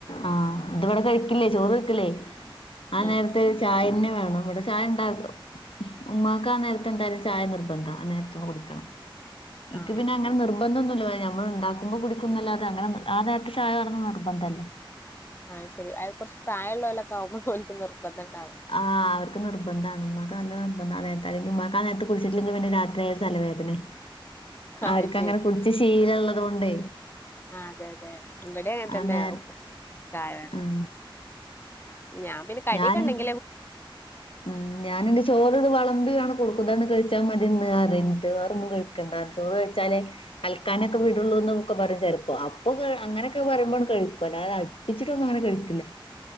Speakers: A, on the left; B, on the left.
A: ആഹ് ഇത് ഇവിടെ കഴിക്കില്ലേ ചോറ് വെക്കില്ലേ ആഹ്
B: ഉം
A: നേരത്തെ ചായന്നെ വേണം ഇവിടെ ചായ ഉണ്ടാക്കു ഉം ഉമ്മാക്ക് ആഹ് നേരത്തെന്തായാലും ചായ നിർബന്ധാ നേരത്തൊന്ന് കുടിക്കണം എനിക്കു
B: ആഹ്
A: പിന്നെങ്ങനെ നിർ നിർബന്ധം ഒന്നുല്ല നമ്മൾ ഉണ്ടാക്കുമ്പോ കുടിക്കുന്നല്ലാതെ അങ്ങനെ ആഹ് നേരത്തെ ചായ വേണം എന്ന് നിർബന്ധല്ലാ
B: ആഹ് ശരി അത് കുറച്ച് പ്രായമുള്ളോരിലൊക്കെ ആവുമ്പോ ഓനിക്ക് നിർബന്ധം ഉണ്ടാവാ
A: ആഹ് അവർക്ക് നിർബന്ധാണ് ഉമ്മാക്ക് നല്ല നിർബന്ധാ ആഹ് നേരത്ത ഉമ്മാക്ക് ആന് നേരത്ത് കുടിച്ചിട്ടില്ലെങ്കിൽ പിന്നെ രാത്രിയ ഒരു തലവേദനയ അവർക്ക്ങ്ങനെ
B: അത് ശരി
A: കുടിച്ച് ശീലം ഉള്ളത് കൊണ്ടേ
B: ആഹ് അതെ അതെ ഇവിടേ അങ്ങനെ
A: ആ
B: തന്നെ
A: നേര
B: ഉപ്പം ചായ വേണം
A: ആഹ്
B: ഞാൻ പിന്നെ കടിക്കെ
A: ഞാന്
B: ഉണ്ടെങ്കിലും
A: ഉം ഞാനെന്റെ ചോറ് വെളമ്പിയാണ് കൊടുക്കുന്നതന്ന് കഴിച്ചാൽ മതിയന്ന് അതി വേറൊന്നും കഴ ക്കണ്ടാ ചോറ് വെച്ചാല് കൽക്കാനൊക്കെ വിടുള്ളൂന്ന് ഒക്കെ പറെം ചിലപ്പോ അപ്പൊ അങ്ങനെയൊക്കെ പറയുമ്പോ കഴിക്കുവല്ലാതെ പ്പിച്ചിട്ടൊന്നും അങ്ങനെ കഴിക്കില്ല